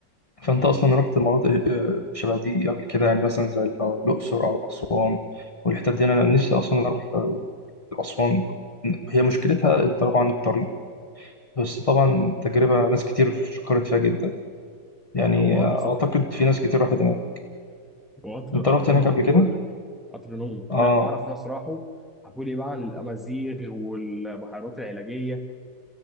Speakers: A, on the left (about 25°); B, in the centre.
A: فأنت
B: مم.
A: أصلا رحت مناطق آه، شبه دي قبل كده يعني مثلا زي الأقصر أو أسوان والحتت دي أنا نفسي أصلا أروح آه، أسوان هي مشكلتها طبعا الطريق بس طبعا تجربة ناس كتير شكرت فيها جدا يعني
B: هو
A: آه،
B: قطر سفر
A: أعتقد في ناس كتير راحت هناك
B: وقطر
A: أنت
B: قطر
A: رحت هناك
B: نوم
A: قبل
B: بيقول
A: كده؟
B: لك قطر نوم لا
A: آه
B: اعرف ناس راحوا حكوا لي بقى عن الامازيغ والبحيرات العلاجيه